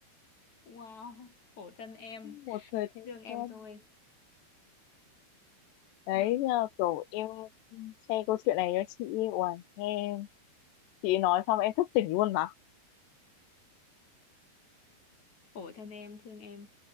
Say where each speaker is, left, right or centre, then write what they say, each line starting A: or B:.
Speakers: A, on the left; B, on the left.
A: Wow, khổ thân em,
B: một thời thanh
A: thương em
B: xuân
A: thôi.
B: đấy
A: Ha,
B: nhờ kiểu em share câu chuyện này cho chị Uầy nghe chị nói xong em thức tỉnh luôn mà
A: Khổ thân em, thương em.